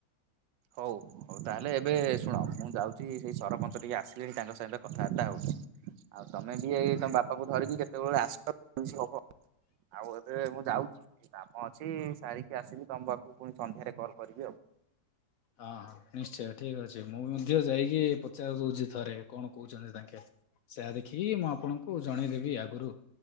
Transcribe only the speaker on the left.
ହଁ ହ ନିଶ୍ଚୟ ଠିକ ଅଛି ମୁଁ ମଧ୍ୟ ଯାଇକି ପଚାର ଦଉଚି ଥରେ କଣ କହୁଚନ୍ତି ଦେଖେ। ସେୟା ଦେଖିକି ମୁଁ ଆପଣଙ୍କୁ ଜଣେଇଦେବି ଆଗରୁ।